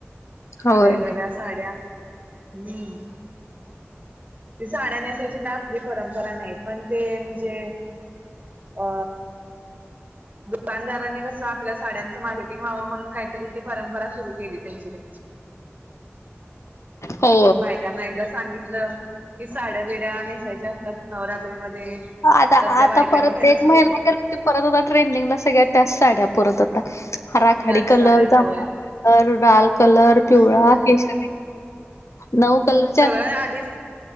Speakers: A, on the left; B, on the right.
A: होय
B: वेगवेगळ्या साड्या हम्म. ती साड्या नेसायची काय आपली परंपरा नाही. पण ते म्हणजे, अ.. दुकानदारांनी कसं. तिथल्या साड्यांचं मार्केटिंग व्हावं म्हणून, काहीतरी ती परंपरा सुरु केली त्यांची त्यांची.
A: हो
B: बाय. त्यांना एकदा सांगितलं की, साड्या बीड्या नेसायच्या असतात नवरात्रीमध्ये.
A: आता
B: तर त्या
A: आता,
B: बायकांनी
A: परत
B: घ्यायला
A: एक
B: सुरू
A: महिना
B: केलं
A: गेलो. की परत आता ट्रेंडिंगला सगळ्या, त्याचं साड्या परत अता. राखाडी
B: त्याच
A: कलर,
B: साड्या होय
A: जांभळा कलर, लाल कलर, पिवळा
B: हम्म
A: केशरी. नऊ कलर.
B: सगळ्या आधीच